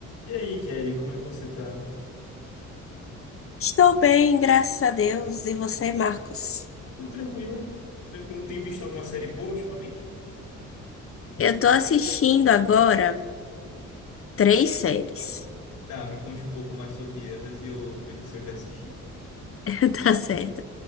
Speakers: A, on the left; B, on the left.
A: E aí, Kelly, como é que você tá?
B: Estou bem, graças a Deus. E você, Marcos?
A: Tudo tranquilo? Tranquilo? Tem visto alguma série boa ultimamente?
B: Eu tô assistindo agora três séries.
A: Tá, me conte um pouco mais sobre elas e eu vejo se eu já assisti.
B: <laughs> Tá certo.